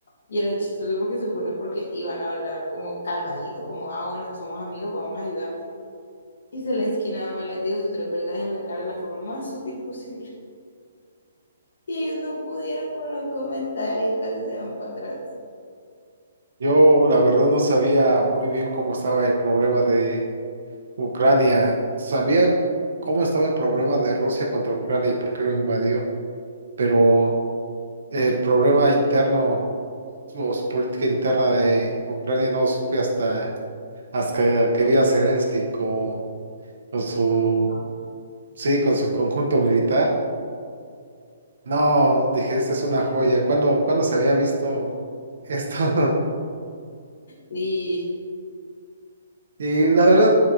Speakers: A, on the left; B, on the right.
A: Y era chistoso porque se supone porque iban a hablar como calmadito, como, ah, bueno, somos amigos, vamos a ayudarte. Y Zelensky nada más les dijo sus tres verdades en la cara de la forma más sutil posible. Y ellos no pudieron con los comentarios, casi se van para atrás.
B: yo la verdad no sabía muy bien cómo estaba el problema de Ucrania. Sabía cómo estaba el problema de Rusia contra Ucrania y por qué lo invadió, pero
A: Ujú.
B: el problema interno su, su política interna de Ucrania no supe hasta, hasta que vi a Zelensky con, con su,
A: Con Trump.
B: sí, con su conjunto militar. No, dije, esta es una joya. ¿Cuándo, cuándo se había visto esto? <laughs>
A: Sí,
B: Y
A: total.
B: la verdad,